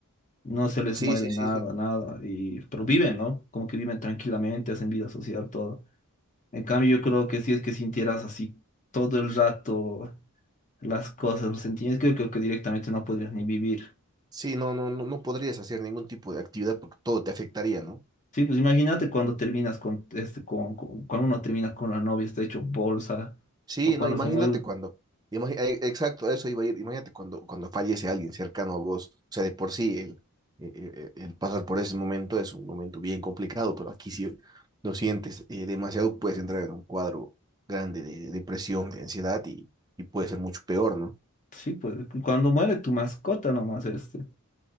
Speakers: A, on the left (about 35°); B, on the right (about 20°).
A: no se les
B: Sí,
A: mueve
B: sí,
A: nada,
B: sí, sí.
A: nada. Y, pero viven, ¿no? Como que viven tranquilamente, hacen vida social, todo. En cambio, yo creo que si es que sintieras así todo el rato las cosas, los sentimientos, creo, creo que directamente no podrías ni vivir.
B: Sí, no, no, no, no podrías hacer ningún tipo de actividad porque todo te afectaría, ¿no?
A: Sí, pues imagínate cuando terminas con este, con, con- cuando uno termina con la novia, está hecho bolsa,
B: Sí,
A: o cuando
B: no, imagínate
A: se muere,
B: cuando, imagi- eh, exacto, a eso iba a ir, imagínate cuando, cuando fallece alguien cercano a vos, o sea, de por sí el, eh, eh, el pasar por ese momento es un momento bien complicado, pero aquí si lo sientes eh, demasiado puedes entrar en un cuadro grande de, de depresión, de ansiedad y, y puede ser mucho peor, ¿no?
A: sí, pues cuando muere tu mascota nomás, este,